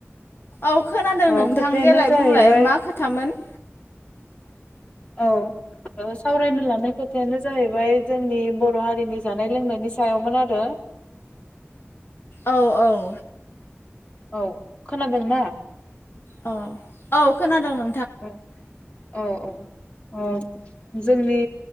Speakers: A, on the left (about 55°); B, on the left (about 25°).
A: औ खोनादों
B: औ
A: नोंथां
B: खोथायानो
A: देलाय
B: जाहैबाय
A: बुंलाय मा खोथामोन
B: औ सावरायनो लानाय खोथायानो जाहैबाय जोंनि बर' हारिनि जानाय लोंनायनि सायावमोन आरो
A: औ औ
B: औ खोनादोंना?
A: औ औ खोनादों नों
B: औ औ औ औ जोंनि